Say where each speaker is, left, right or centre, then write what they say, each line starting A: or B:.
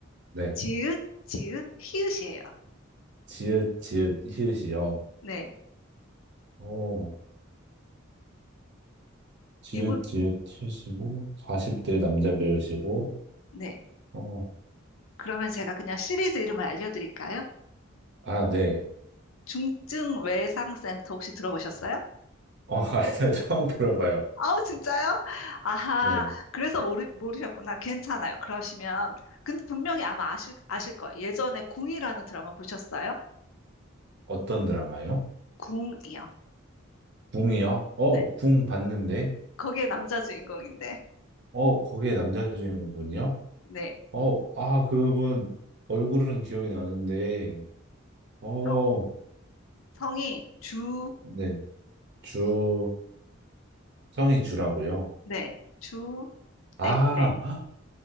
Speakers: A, on the right; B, on the left.
A: 네.
B: 지읒, 지읒, 히읗이에요.
A: 지읒, 지읒, 히읗이요.
B: 네.
A: 어, 지읒지읒
B: 이분,
A: 하시고 40대 남자 배우시고
B: 네.
A: 어,
B: 그러면 제가 그냥 시리즈 이름을 알려드릴까요?
A: 아, 네.
B: 중증 외상 센터 혹시 들어보셨어요?
A: 어, <laughs> 아니요. 처음 들어봐요.
B: 아우, 진짜요? 아하,
A: 네.
B: 그래서 모르, 모르셨구나. 괜찮아요. 그러시면, 근데 분명히 아마 아실, 아실 거예요. 예전에 궁이라는 드라마 보셨어요?
A: 어떤 드라마요?
B: 궁이요.
A: 궁이요? 어,
B: 네.
A: 궁 봤는데.
B: 거기에 남자 주인공인데,
A: 어, 거기에 남자 주인공분이요?
B: 네.
A: 어, 아, 그분 얼굴은 기억이 나는데. 어,
B: 성, 성이 주,
A: 네. 주 성이 주라고요.
B: 네. 주,
A: 아,
B: 땡땡.
A: 헉,